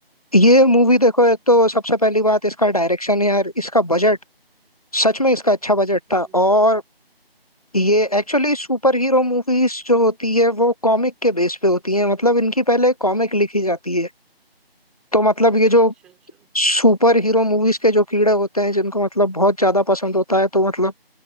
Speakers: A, on the left; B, in the centre.
A: ये मूवी देखो एक तो सबसे पहली बात इसका डायरेक्शन यार इसका बजट सच में इसका अच्छा बजट
B: हम्म
A: था और ये एक्चुअली सुपर हीरो मूवीज जो होती है वो कॉमिक के बेस पे होती है मतलब इनकी पहले कॉमिक लिखी जाती है तो मतलब
B: अच्छा
A: ये जो
B: अच्छा अच्छा
A: सुपर हीरो मूवीज के जो कीड़े होते हैं जिनको मतलब बहुत ज्यादा पसंद होता है तो मतलब